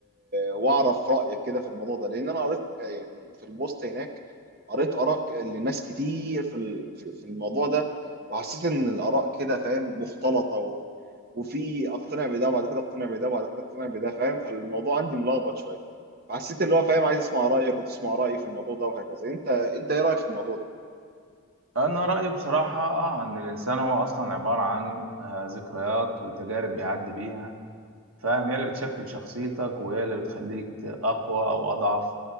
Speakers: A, on the right (about 45°); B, on the right (about 85°).
A: واعرف رايك كده في الموضوع ده لان انا قريت يعني في البوست هناك قريت اراء ك- لناس كتير في ال- في في الموضوع ده وحسيت ان الاراء كده فاهم مختلطه و... وفي اقتنع بده وبعد كده اقتنع بده وبعد كده اقتنع بده فاهم فالموضوع عندي ملخبط شويه فحسيت اللي هو فاهم عايز اسمع رايك وتسمع رايي في الموضوع ده وهكذا انت انت ايه رايك في الموضوع ده؟
B: أنا رأيي بصراحة آه إن الإنسان هو أصلا عبارة عن آه ذكريات وتجارب بيعدي بيها فاهم هي اللي بتشكل شخصيتك وهي اللي بتخليك أقوى أو أضعف